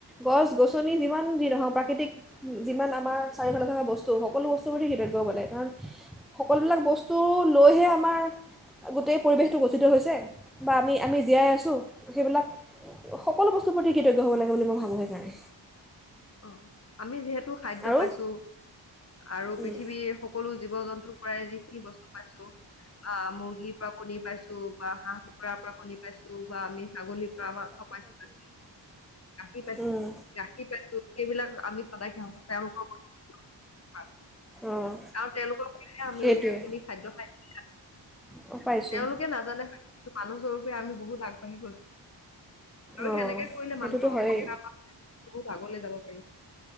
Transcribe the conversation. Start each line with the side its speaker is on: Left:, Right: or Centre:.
Centre: গছ গছনি যিমান যি নহওঁক প্ৰাকৃতিক যিমান আমাৰ চাৰিওফালে থকা বস্তু সকলো বস্তুৰ প্ৰতি কৃতজ্ঞ হ'ব লাগে। কাৰণ সকলোবিলাক বস্তু লৈহে আমাৰ গোটেই পৰিৱেশটো গঠিত হৈছে বা আমি আমি জীয়াই আছোঁ। সেইবিলাক সকলো বস্তুৰ প্ৰতি কৃতজ্ঞ হ'ব লাগে বুলি মই ভাবোঁ সেইকাৰণে।
Left: অ' আমি যিহেতু খাদ্য
Centre: আৰু
Left: পাইছোঁ, আৰু
Centre: উম,
Left: পৃথিৱীৰ সকলো জীৱ জন্তুৰ পৰাই যিখিনি বস্তু পাইছোঁ। অ' মুৰ্গীৰ পৰা কণী পাইছোঁ, বা হাঁহ কুকুৰাৰ পৰা কণী পাইছোঁ বা আমি ছাগলীৰ পৰা মাংস পাইছোঁ বা গাখীৰ পাইছোঁ,
Centre: উম,
Left: গাখীৰ পাইছোঁ। এইবিলাক আমি সদায় খিয়াব লাগে তেওঁলোকৰ কথা।
Centre: অঁ
Left: কাৰণ তেওঁলোকৰ বাবে আমি
Centre: সেইটোৱে
Left: এইখিনি খাদ্য খাই।
Centre: অঁ পাইছোঁ
Left: তেওঁলোকে নাজানে স মানুহস্বৰূপে আমি বহুত আগ। বাহি ভোজ।
Centre: অঁ
Left: সেনেকে কৰিলে
Centre: সেইটোতো
Left: মানুহৰ অহংকাৰ
Centre: হয়েই
Left: বহুত। আগলৈ যাব <unintelligible>